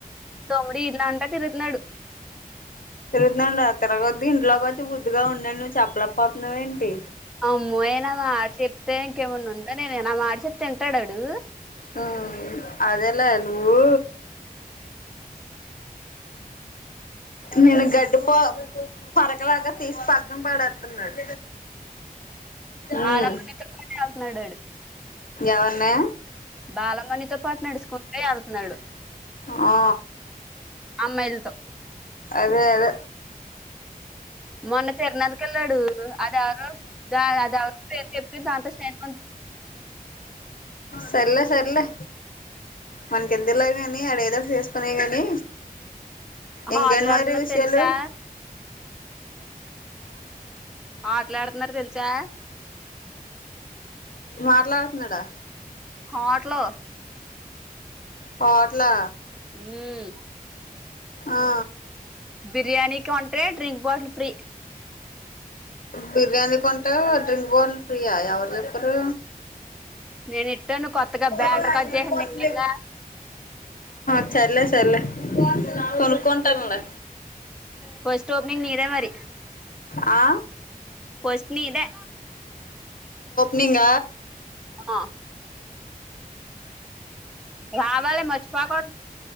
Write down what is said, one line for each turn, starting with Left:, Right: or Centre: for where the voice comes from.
Centre: తమ్ముడి వీధిలంతా అంటా తిరుగుతున్నాడు
Left: ఊర్థండ్ అ తర కొద్దు ఇంట్లోకి వచ్చి కొద్దిగా ఉండను నువ్వు చెప్పలేకపోతున్నావేంటి
Centre: అమ్మోయనా మాట చెప్తే ఇంకేమన్నా ఉందా నేనేనా మాట చెప్తే ఎంటాడాడు
Left: హ ఆధాలా నువ్వు నేను గడ్డి పో పరకలాగా తీసి పగన పడేస్తున్నాడు
Centre: బాలమ్మనితో
Left: ఉమ్మ్
Centre: పాటు వెళ్తున్నాడు ఆడు
Left: ఎవన్నా
Centre: బాలమణితో పాటు నడుచకుంటే వెళ్తున్నాడు
Left: ఆ
Centre: అమ్మాయిలతో
Left: అదే అదే
Centre: మొన్న తరనాలకి వెళ్ళాడు అది ఎవరో దా అది ఎవరో పేరు చెప్పి దాంతో శైన్
Left: సర్లే సర్లే మనకి ఎందులా కాని అడ ఏదోడ చేసుకునే కాగాని ఇంకంటి
Centre: ఆటలాడుతున్నారు
Left: మరి విషయలు
Centre: తెలుసా ఆ అట్లా ఆడుతున్నారు తెలుసా
Left: మాట్లాడుతున్నాడా
Centre: హలో
Left: హోటల్ ల
Centre: మ్మ్
Left: ఆ
Centre: బిర్యానీ కొంటె డ్రింక్ బాటిల్ ఫ్రీ
Left: బిర్యానీ కొంటే డ్రింక్ బాటిల్ ఫ్రీయ ఎవరు చెప్పారు
Centre: నేను ఇట్టాను కొత్తగా
Left: వన్నా
Centre: బ్యానర్ కట్ చేసింది నేనేగా
Left: క చల్లే చల్లే కొనుకుంటారులే
Centre: ఫస్ట్ ఓపనింగ్ నిదే మరి
Left: ఆ
Centre: ఫస్ట్ నీదే
Left: మీంగ
Centre: ఆ వా వాళ మచ్చపాకో